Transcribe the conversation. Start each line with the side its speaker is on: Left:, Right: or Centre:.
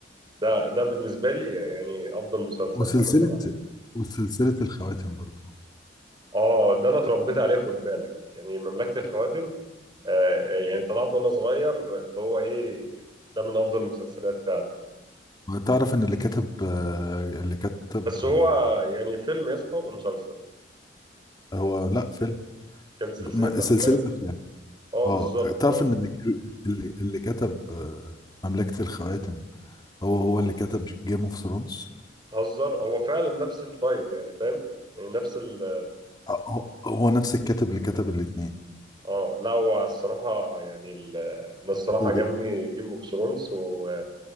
Right: ده ده بالنسبة لي يعني أفضل مسلسل
Left: وسلسله
Right: أنا سمعته
Left: وسلسله الخواتم برضه
Right: آه ده أنا اتربيت عليه خد بالك يعني مملكة الخواتم آه آه، يعني طلعت وأنا صغير اللي هو إيه ده من أفضل المسلسلات فعلا
Left: آه، تعرف ان اللي كتب آه، اللي كتب
Right: بس هو
Left: آه،
Right: يعني فيلم يا اسطى ولا مسلسل
Left: هو لا فيلم
Right: كان سلسلة
Left: ما- سلسلة
Right: أفلام
Left: أفلام
Right: آه
Left: اه
Right: بالظبط
Left: تعرف
Right: آه
Left: إن اللي اللي اللي كتب آه، مملكة الخواتم هو هو اللي كتب جيم اوف ثرونز
Right: تهزر هو فعلا نفس التايب يعني فاهم يعني نفس ال
Left: هو هو نفس الكاتب اللي كتب الاتنين
Right: آه لا هو الصراحة يعني ال- أنا الصراحة
Left: ده-
Right: عجبني جيم أوف ثرونز و